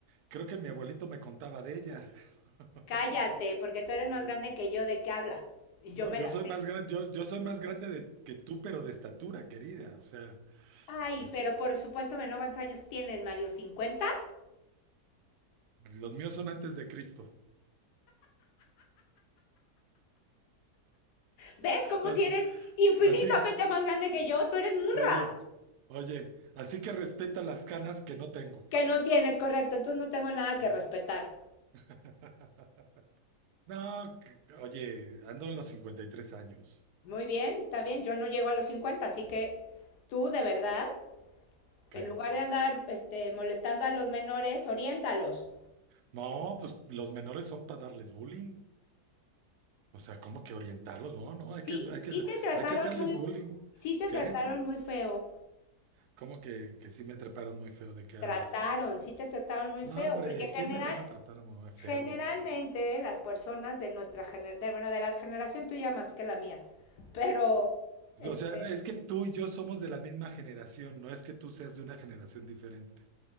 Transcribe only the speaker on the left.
Cállate, porque tú eres más grande que yo, ¿de qué hablas? Y yo
me
la
sé.
Ay,
pero por supuesto que no, ¿cuántos años tienes, Mario? cincuenta.
¿Ves? Como
si eres infinitamente
más grande que yo. Tú eres un rojo
que no tienes, correcto. Entonces no tengo nada que respetar.
Muy bien, está bien. Yo no llego a los cincuenta así que tú, de verdad,
en lugar de andar este, molestando a los menores, oriéntalos.
Sí,
sí
te trataron
muy,
sí te
trataron muy feo.
Trataron,
sí te trataron muy
feo,
porque general,
generalmente
las personas de nuestra generación, bueno, de la generación tuya más que la mía, pero este,